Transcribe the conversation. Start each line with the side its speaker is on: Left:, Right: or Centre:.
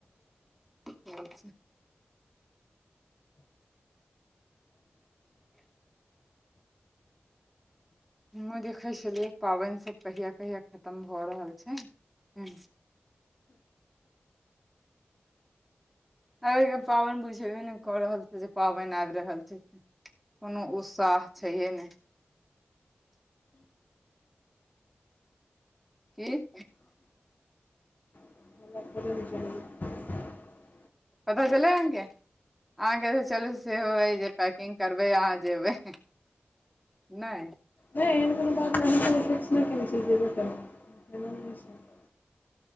Centre: <inaudible> हम देखै छलियै पाबेन सब कहिया कहिया खतम भऽ रहल छैय ह। अइबेर के पाबे न बुझेबे नै कऽ रहल छैय जे पाबेन आइब रहल छैय। कोनो उत्साह छैहे नै। की।
Left: <inaudible>
Centre: पता चल अहाँके आगे त चलू सेहो ह जे पै किंग करबै अहाँ जेबै नै
Left: नहि एहन कोनो बात नहिन कोनो फिक्स नहि कने छै जेबे करै <unintelligible>